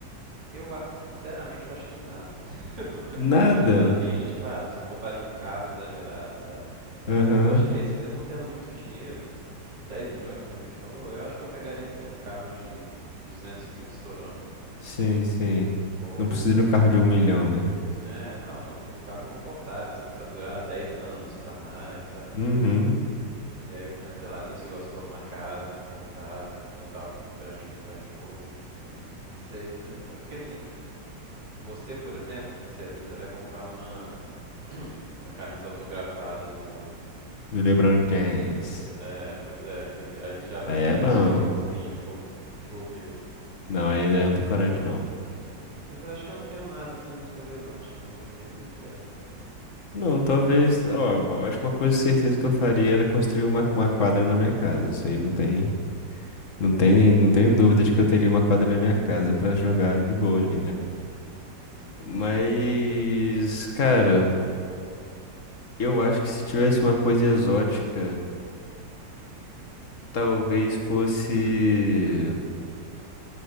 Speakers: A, on the right; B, on the left.
A: Eu, a- sinceramente, eu acho que nada. <laughs> Eu tô tentando
B: Nada?
A: pensar assim, de tipo, ah, se eu compraria um carro exagerado, sabe?
B: Aham,
A: Mas eu acho que é isso, mesmo tendo muito dinheiro, tipo 10 milhões, como a gente falou, eu acho que eu pegaria assim um carro de 200 mil estourando.
B: Sim, sim.
A: Ou
B: Não precisa
A: um.
B: de um carro de um milhão, né?
A: É, não, uma- um carro confortável, assim, pra durar 10 anos pra mais, sabe?
B: Uhum.
A: E aí eu penso, sei lá, nisso, igual você falou, numa casa confortável, com um quintal grande pros cachorros. Não sei, tipo, é porque assim, você, por exemplo, não sei, às vezes você vai comprar uma, uma camisa autografada do,
B: Do LeBron
A: Do.
B: James.
A: É, pois é, que aí já vai
B: Aí
A: 500
B: é bom.
A: mil, assim, de, bo... de bobeira.
B: Não, aí né, eu não tem coragem,
A: Mas,
B: não.
A: mas eu acho que eu não tenho nada, assim, muito relevante, não, sendo bem sincero.
B: Não, talvez, ó, bo- acho que uma coisa certeza que eu faria era construir uma, uma quadra na minha casa. Isso aí não tem, não tem,
A: É, realmente.
B: não tenho dúvida de que eu teria uma quadra na minha casa pra jogar de boa ali, né?
A: Uhum.
B: Mas, cara, Eu acho que se tivesse uma coisa exótica, talvez fosse